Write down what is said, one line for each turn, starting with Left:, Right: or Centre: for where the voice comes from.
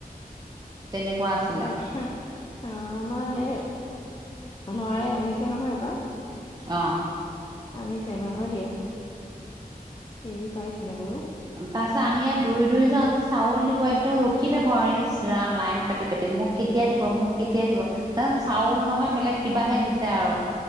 Right: তেনেকুৱা আছিলে
Left: আ অ আমাৰ সেই লৰাই আনিছে নহয় এবাৰ।
Right: অ,
Left: আনিছে এবাৰ হয় দিয়া। পেৰি পাইছিলে বাৰু
Right: তাৰ পিছত আমি ই দৌৰি দৌৰি যাওঁ যে চাউল দিব একদম ৰখি থাকো আৰু লাইন পাতি পাতি মোক কেতিয়াই দিব মোক কেতিয়াাই দিব চাউল নহয় বেলেগ কিবাহে দিছে আৰু